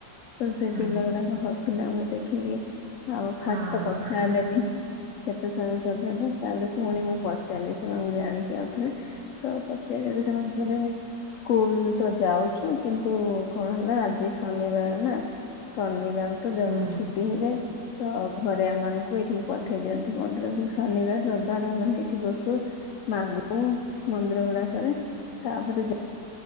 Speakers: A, on the left (about 85°); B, on the right (about 35°).
A: ତ ସେ
B: ହୁଁ
A: ପିଲା ଗୁଡାକ ହସ ପିଲା ଆମକୁ ଦେଖିକି ଆଉ ଫାଷ୍ଟ
B: ହଁ ଓହୋ
A: ତ କଥା ହେଲେନି। କେତେ ସମୟ ପର୍ଯ୍ୟନ୍ତ ତାପରେ ପୁଣି ମୁଁ ପଚାରିଲି ସେମାନଙ୍କୁ ଜାଣିକି ଆଉଥରେ। ତ ପଚାରିଲେ ସେମାନେ ଥିବେ। ସ୍କୁଲ ତ ଯାଉଛୁ କିନ୍ତୁ କଣ ହେଲା ଆଜି ଶନିବାର ନା। ଶନିବାର ତ ଜଲଦି
B: ହୁଁ
A: ଛୁଟି ହେଇଯାଏ। ତ ଘରେ ଆମମାନଙ୍କୁ ଏଇଠିକି ପଠେଇ ଦିଅନ୍ତି ମନ୍ଦିରକୁ ଶନିବାର ରବିବାର ଆମେମାନେ ଏଇଠି ବସୁ। ମାଗୁ ମନ୍ଦିର ଗୁଡା କରେ ତାପରେ ଯା